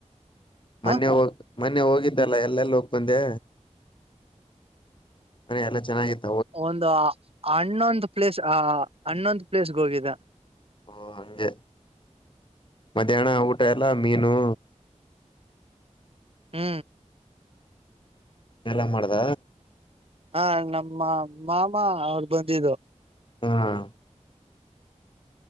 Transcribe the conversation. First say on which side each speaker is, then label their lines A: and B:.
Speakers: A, on the right; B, on the left.
A: ಹ
B: ಮೊನ್ನೆ ಹೋಗ ಮೊನ್ನೆ ಹೋಗಿದ್ದಲ್ಲ ಎಲ್ಲೆಲ್ಲ ಹೋಗ ಬಂದೆ ಮನೆ ಎಲ್ಲ ಚೆನ್ನಾಗಿತ್ತು
A: ಒಂದು ಹನ್ನೊಂದು ಪ್ಲೇಸ್ ಆ ಹನ್ನೊಂದು ಪ್ಲೇಸ್ಗೆ ಹೋಗಿದೆ
B: ಓ ಹಗೆ ಮಧ್ಯಾಹ್ನ ಊಟ ಎಲ್ಲ ಮೀನು
A: ಹ್ಮ್
B: ಎಲ್ಲಾ ಮಾಡ್ದ
A: ಹ ನಮ್ಮ ಮಾಮ ಅವರು ಬಂದಿದ್ದು
B: ಹಾ